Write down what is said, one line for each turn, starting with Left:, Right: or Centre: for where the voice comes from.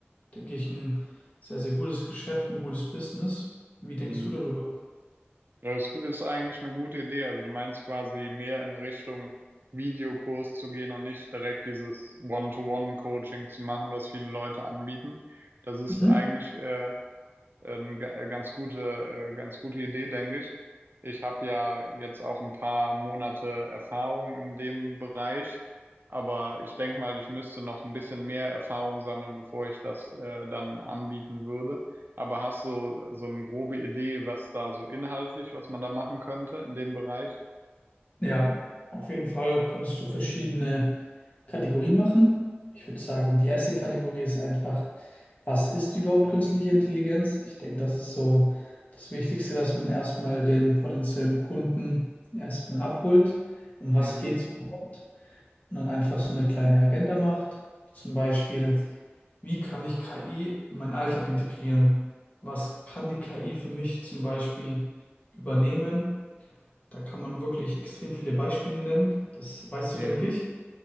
Left: denke ich, ein sehr, sehr gutes Geschäft, ein gutes Business. Wie denkst
Right: Mhm.
Left: du darüber?
Right: Ja, Das ist eigentlich eine gute Idee. Also du meinst quasi mehr in Richtung Videokurs zu gehen und nicht direkt dieses One-to-One-Coaching zu machen, was viele Leute anbieten. Das ist
Left: Mhm.
Right: eigentlich äh, ähm, ga- äh, ganz gute, äh, ganz gute Idee, denke ich. Ich habe ja jetzt auch ein paar Monate Erfahrung in dem Bereich, aber ich denke mal, ich müsste noch ein bisschen mehr Erfahrung sammeln, bevor ich das äh, dann anbieten würde. Aber hast du so eine grobe Idee, was da so inhaltlich, was man da machen könnte in dem Bereich?
Left: Ja, auf jeden Fall könntest du verschiedene Kategorien machen. Ich würde sagen, die erste Kategorie ist einfach, was ist überhaupt künstliche Intelligenz? Ich denke, das ist so das Wichtigste, dass man erstmal den potenziellen Kunden erstmal abholt, um
Right: Mhm.
Left: was geht es überhaupt? Und dann einfach so eine kleine Agenda macht, wie zum Beispiel, wie kann ich KI in meinen Alltag integrieren? Was kann die KI für mich zum Beispiel übernehmen? Da kann man wirklich extrem viele Beispiele nennen. Das weißt
Right: Mhm.
Left: du, denke ich.